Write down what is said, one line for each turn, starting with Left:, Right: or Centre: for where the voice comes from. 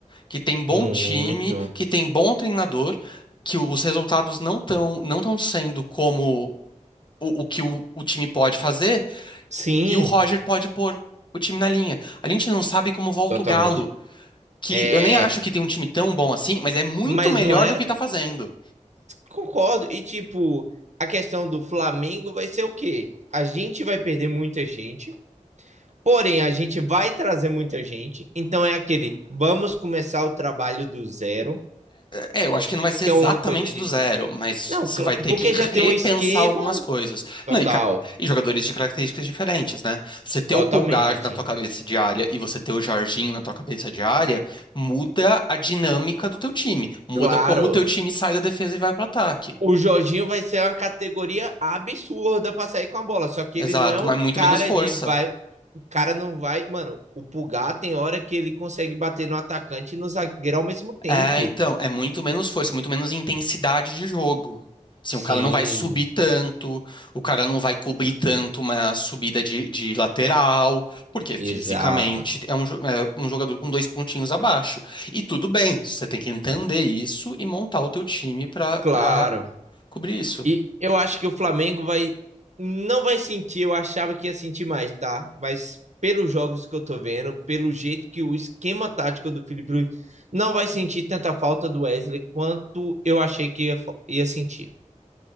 Left: que tem bom
Right: muito.
Left: time, que tem bom treinador, que os resultados não estão não estão sendo como o, o que o o time pode fazer.
Right: Sim,
Left: E o Roger pode pôr o time na linha. A gente não sabe como volta
Right: totalmente.
Left: o Galo, que
Right: É.
Left: eu nem acho que tem um time tão bom assim, mas é muito
Right: Mas
Left: melhor
Right: não era.
Left: do que tá fazendo.
Right: Concordo. E, tipo, a questão do Flamengo vai ser o quê? A gente vai perder muita gente, porém, a gente vai trazer muita gente. Então, é aquele, vamos começar o trabalho do zero,
Left: É, é, eu acho que não vai ser
Right: que
Left: exatamente
Right: é uma coisa difícil.
Left: do zero, mas
Right: Não,
Left: você vai ter
Right: porque
Left: que
Right: já tem
Left: repensar
Right: um esquema
Left: algumas coisas.
Right: total,
Left: Não, e, car- e jogadores de características diferentes, né? Você ter
Right: totalmente.
Left: o Pulgar na tua cabeça de área e você ter o Jorginho na tua cabeça de área, muda a dinâmica do teu time, muda
Right: Claro,
Left: como o teu time sai da defesa e vai pro ataque.
Right: O Jorginho vai ser uma categoria absurda pra sair com a bola. Só que
Left: Exato,
Right: ele não é um
Left: mas muito
Right: cara
Left: menos força.
Right: de vai. O cara não vai. Mano, o Pulgar tem hora que ele consegue bater no atacante e no zagueiro ao mesmo tempo.
Left: É, então, é muito menos força, muito menos intensidade de jogo. Assim,
Right: Sim,
Left: o cara não vai subir tanto, o cara não vai cobrir tanto uma subida de, de lateral, porque fisicamente
Right: exato.
Left: é um, jo- é um jogador com dois pontinhos abaixo. E tudo bem, você tem que entender isso e montar o teu time para
Right: Claro.
Left: para cobrir isso.
Right: E eu acho que o Flamengo vai. Não vai sentir, eu achava que ia sentir mais, tá? Mas pelos jogos que eu tô vendo, pelo jeito que o esquema tático do Felipe Luiz não vai sentir tanta falta do Wesley quanto eu achei que ia, ia sentir.